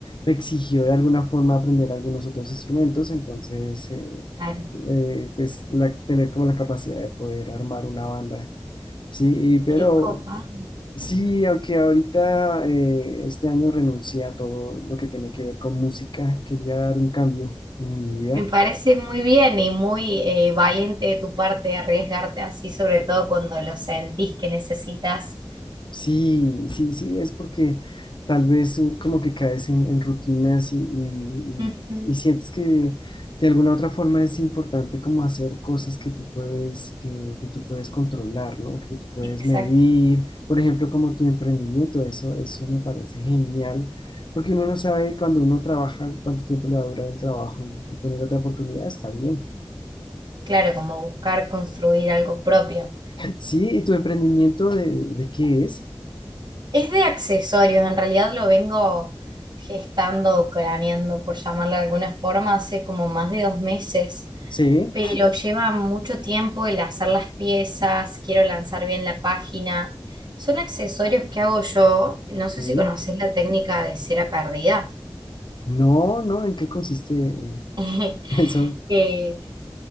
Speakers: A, on the left; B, on the right.
A: me exigió de alguna forma aprender algunos otros instrumentos, entonces, eh,
B: Claro,
A: eh, pues la- tener como la capacidad de poder armar una banda, sí, y- pero
B: qué copado.
A: sí, aunque ahorita eh, este año renuncié a todo lo que tenía que ver con música, quería dar un cambio en mi vida.
B: Me parece muy bien y muy eh, valiente de tu parte arriesgarte así, sobre todo cuando lo sentís que necesitas.
A: Sí, sí, sí, es porque tal vez uh, como que caes en, en rutinas y, y-
B: Ujú,
A: y- y sientes que de alguna u otra forma es importante como hacer cosas que tú puedes, que, que tú puedes controlar, ¿no? Que tú puedes
B: Exacto.
A: medir, por ejemplo, como tu emprendimiento, eso, eso me parece genial, porque uno no sabe cuando uno trabaja cuánto tiempo le va a durar el trabajo y, y tener otra oportunidad está bien.
B: Claro, como buscar construir algo propio.
A: <clears throat> Sí, ¿y tu emprendimiento de, de qué es?
B: Es de accesorios, en realidad lo vengo gestando craneando, por llamarle de alguna forma, hace como más de dos meses,
A: Sí,
B: pero lleva mucho tiempo el hacer las piezas, quiero lanzar bien la página. Son accesorios que hago yo, no
A: sí.
B: sé si conoces la técnica de cera perdida.
A: No, no, ¿en qué consiste? <laughs>
B: <laughs>
A: Eso.
B: Eh,